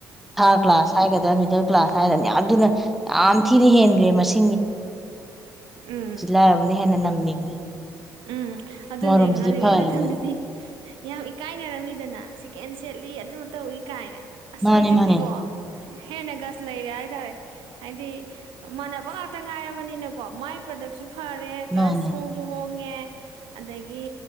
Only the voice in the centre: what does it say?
ꯊꯥꯔꯗ ꯀ꯭ꯂꯥꯁ ꯍꯥꯏꯒꯗꯔꯥ ꯃꯤꯗꯜ ꯀ꯭ꯂꯥꯁ ꯍꯥꯏꯔꯅꯤ ꯑꯗꯨꯅ ꯌꯥꯝ ꯊꯤꯅ ꯍꯦꯟꯒ꯭ꯔꯦ ꯃꯁꯤ
ꯂꯥꯏꯔꯕꯅ ꯍꯦꯟꯅ ꯅꯝꯃꯤꯅꯤ
ꯑꯃꯔꯣꯝꯗꯗꯤ
ꯐꯔꯤꯅꯤ
ꯃꯥꯅꯦ
ꯃꯥꯅꯦ
ꯃꯥꯅꯦ